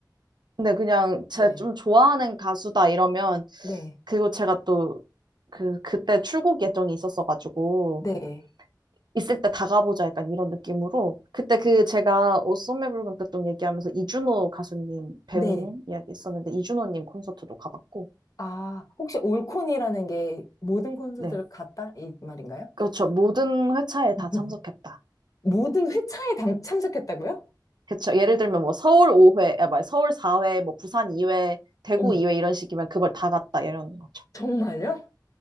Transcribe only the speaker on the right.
근데 그냥 제가
좀 좋아하는 가수다 이러면,
그리고 제가 또 그, 그때 출국 예정이 있었어가지고,
있을 때 다가보자 약간 이런 느낌으로 그때 그 제가 옷소매 붉은 끝돈 얘기하면서 이준호 가수님 배우님
이야기 했었는데 이준호님 콘서트도 가봤고
네
그렇죠 모든 회차에
다 참석했다
그렇죠 예를 들면 뭐 서울 5회 아 말 서울 4회 뭐 부산 2회 대구
2회 이런 식이면 그걸 다 갔다 이런 거죠